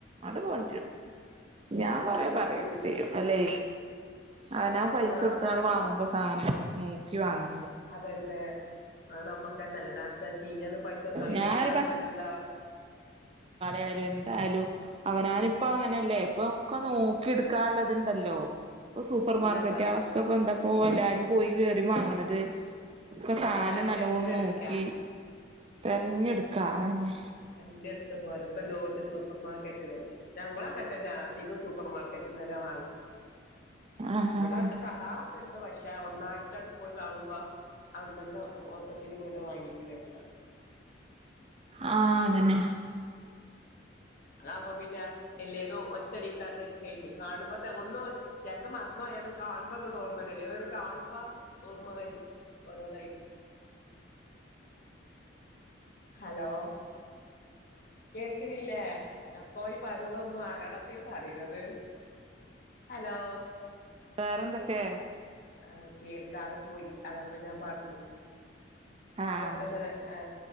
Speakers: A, on the right; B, on the left.
A: ആൻഡ് കൊണ്ടുറും ഞാൻ കൊറെ പറയും
B: ഉം
A: ചെയ്യും അല്ലേ അവനാ പൈസ
B: ആ
A: കൊടുത്താണ്ട്
B: ഞാനും
A: വാങ്ങുമ്പോ സാധനങ്ങൾ നോക്കി വാങ്ങ
B: അതെന്നെ അത് നമ്മക്കന്നെല്ലേ നഷ്ടം ചീഞ്ഞതും പൈസ കൊടുത്ത് വാങ്ങി
A: ഞാനൊരു
B: തിന്നാനും പറ്റൂല അവ
A: ാല എന്തായാലും അവനാനിപ്പ അങ്ങനെയല്ലേ ഇപ്പൊ ഒക്കെ നോക്കി എടുക്കാള്ളത്ണ്ടല്ലോ ഇപ്പൊ സൂപ്പർ
B: പിന്നെന്താ
A: മാർക്കറ്റളൊക്കെ ഇ എന്താ ഇപ്പോ എല്ലാരും പോയി കറി വാങ്ങണത് ഒക്കെ സാധനം
B: അവനാൻ
A: നല്ലണം
B: തെരഞ്ഞെടുക്ക
A: നോക്കി തെരഞ്ഞെടുക്കാ ആന്നെ
B: തെരന്നെടുത്ത പോരഇപ്പ എല്ലോട്ത്തും സൂപ്പർ മാർക്കറ്റ് അല്ലെ ഞങ്ങ അങ്ങന അധികം സൂപ്പർ മാർക്കറ്റിൽന്ന്ന്നെ വാങ്ങൽ
A: ആഹ്
B: ഇവിടെ
A: ആഹ്
B: കടാള ണ്ട് പക്ഷേ ഒന്നായിട്ടാണ് പോയി വാങ്ങുമ്പോ <unintelligible>
A: ആഅതന്നെ
B: അതവുമ്പോ പിന്നെ എല്ലേതും ഒറ്റടിക്കാണ്ട് കഴിഞ്ഞ് കാണുമ്പോത്തെ ഒന്നോ ചിലത് മറന്ന് മറന്നോ പോ എന്ധെലും കാണുമ്പോ ഇങ്ങോട്ട് ഓർമ്മ വരുംല്ലേ ഏതോരും കനുമ്പോ ഓർമ്മ വരും ഓരോ നായിട്ട്
A: <inaudible>
B: ഹലോ കേൾക്കണില്ലേ ഞാൻപ്പോ ഈ പറഞ്ഞതൊന്നു ആരോടപ്പ ഈ പറയത് ഹലോ
A: വേറെന്തൊക്കെ
B: അ കേൾക്കാതെ പോയി അതാപ്പൊ ഞാൻ പറഞ്ഞു
A: ആഹ്
B: പെട്ടെന്നെ ആ